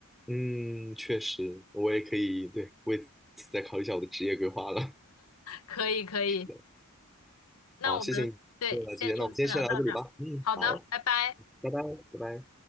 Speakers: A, in the centre; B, on the left.
A: 嗯，确实，我也可以，对，为此再考虑一下我的职业规划了。
B: 可以，可以，
A: <laughs> 是的。
B: 那我们对，
A: 好，谢谢你给我的这些那我们今天先聊到这里吧。
B: 先这次先聊到这儿，
A: 嗯，
B: 好的，
A: 好，
B: 拜拜。
A: 拜拜，拜拜。